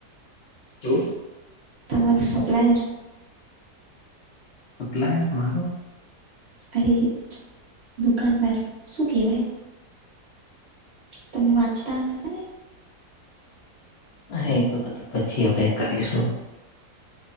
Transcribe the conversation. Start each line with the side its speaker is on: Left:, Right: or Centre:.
Left: શુ
Right: તમારું સપ્લાયર.
Left: સપ્લાયર મારો.
Right: અરે દુકાનદાર શું કેહેવાય. તમે વાંચતા હતાને.
Left: અ એ તો બધું પછી હભે કરીશું.